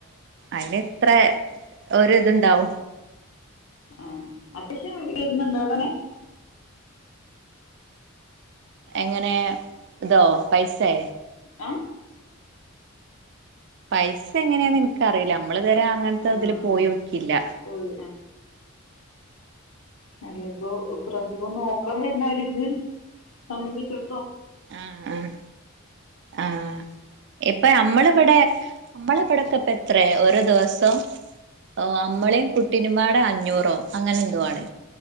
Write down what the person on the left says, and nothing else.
ആഹ് അത്യാവശ്യം വരുന്നുണ്ടോ അവിടനെ
അ
ആഹ്
പോയി അല്ലെ ഇപ്പൊ പ്രസവം നോക്കാൻ വരുന്നവര് സംബന്ധിച്ചിട